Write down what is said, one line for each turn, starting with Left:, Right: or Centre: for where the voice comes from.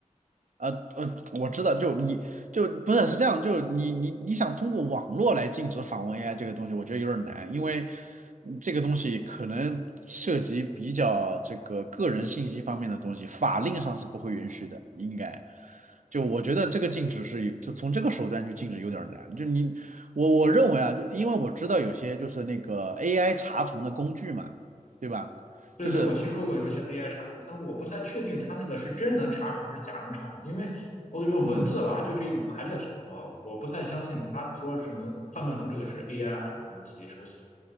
Right: 呃呃，我知道，就你就不是是这样，就你你你想通过网络来禁止访问 AI 这个东西，我觉得有点难，因为嗯这个东西可能涉及比较这个个人信息方面的东西，法令上是不会允许的，应该。就我觉得这个禁止是就从这个手段去禁止有点难，就你我我认为啊，就因为我知道有些就是那个 AI 查重的工具嘛，对吧？
Left: 对对，
Right: 就是。
Left: 我听说过有一些 AI 查重的，但我不太确定它那个是真能查重还是假能查重，因为我感觉文字吧就是一种排列组合，
Right: 嗯。
Left: 我不太相信他说是能判断出这个是 AI 还是自己手写。